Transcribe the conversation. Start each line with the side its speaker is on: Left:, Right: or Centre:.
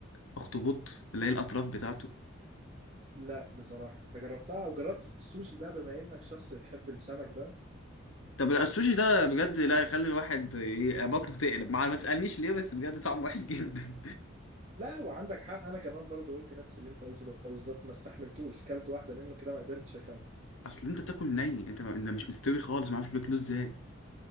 Left: اخطبوط اللي هي الاطراف بتاعته
Right: لا بصراحه انت جربتها او جربت السوشي بقى بما انك شخص بتحب السمك بقى
Left: طب لا، السوشي ده بجد لا يخلي الواحد ي- بطنه تقلب مع ما تسالنيش ليه بس بجد طعمه وحش جدا
Right: لا وعندك حق انا كمان برضو قلت نفس اللي انت قلته ده بالظبط ما استحملتوش كلت واحده منه كده ما قدرتش اكمل
Left: <laughs> اصل انت بتاكل ني انت ما... انت مش مستوي خالص ما اعرفش بياكلوه ازاي